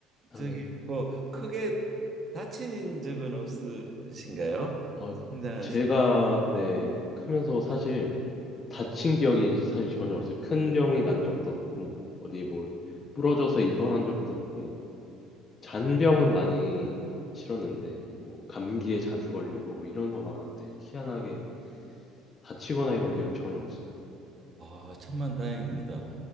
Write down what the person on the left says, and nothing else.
아,
네.
어,
제가, 네, 크면서 사실 다친 기억이 사실 전혀 없어요. 큰 병이 난 적도 없고, 어디
뭐,
부러져서 입원한 적도 없고, 잔병은 많이 치렀는데, 뭐, 감기에 자주 걸리고, 뭐, 이런 것만 한데 희한하게 다치거나 이런 기억이 전혀 없어요.